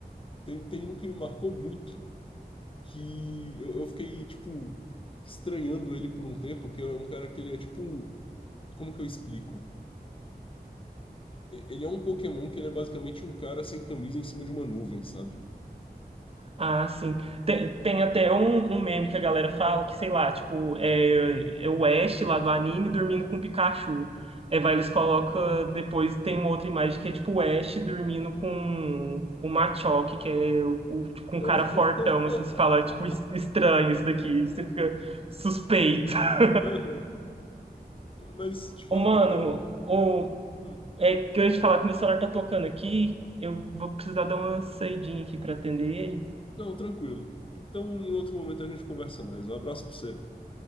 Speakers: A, on the left (about 30°); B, on the right (about 35°).
A: tem, tem um que me marcou muito, que eu, eu fiquei, tipo, estranhando ele por um tempo, que é um cara que ele é, tipo, como que eu explico? E- Ele é um Pokémon que ele é basicamente um cara sem camisa em cima de uma nuvem, sabe?
B: Ah, sim. Tem, tem até um, um meme que a galera fala que, sei lá, tipo, é, é o Ash lá do anime dormindo com o Pikachu. É, vai, eles colocam, depois tem uma outra imagem que é tipo o Ash dormindo com o Machoke, que é o, o- tipo, um
A: <laughs>
B: cara fortão, assim, se fala, tipo, es- estranho isso daqui, você fica suspeito. <laughs>
A: Aham. Mas te falar,
B: Ô, mano,
A: cara.
B: o,
A: Hum,
B: é que eu ia te falar que meu celular tá tocando aqui, eu vou precisar dar uma saidinha aqui pra atender ele.
A: Não, tranquilo. Então, em outro momento a gente conversa mais. Um abraço pra você.